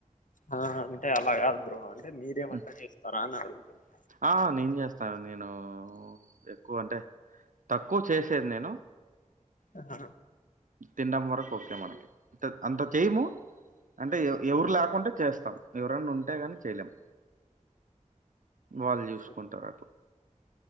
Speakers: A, on the left (about 80°); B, on the right (about 80°).
A: ఆ అంటే అలా కాదు బ్రో అని మీరే వంట
B: మ్
A: చేస్తారా అడుగుతున్నా
B: ఆ నేను చేస్తా నేను తక్కువ అంటే తక్కువ చేసేది నేను
A: అహ
B: తినడం వరకు ఓకే మనకి అంటే అంత చేయము అంటే ఎవరు
A: ఆ
B: లేకుంటే చేస్తాం ఎవరన్నా ఉంటే కానీ చేయలేము వాళ్ళు
A: ఓకే
B: చూసుకుంటారు అటు